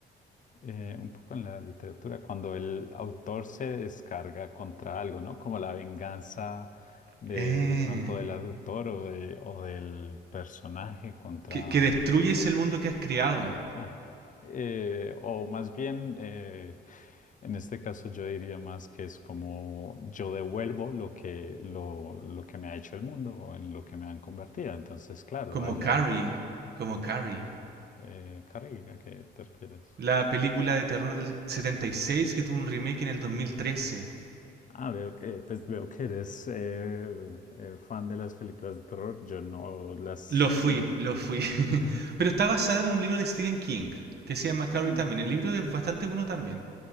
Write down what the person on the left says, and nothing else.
eh, un poco en la literatura, cuando el autor se descarga contra algo, ¿no? Como la venganza de,
de pronto del autor o, de, o del personaje contra...
contra-
ah, eh, o más bien, eh, en este caso yo diría más que es como yo devuelvo lo que, lo, lo que me ha hecho el mundo o en lo que me han convertido. Entonces, claro,
allá,
eh, Carrie, ¿a qué te refieres?
Ah, veo que, pues veo que eres eh, eh, fan de las películas de terror. Yo no las
he visto.
<laughs>
Mm,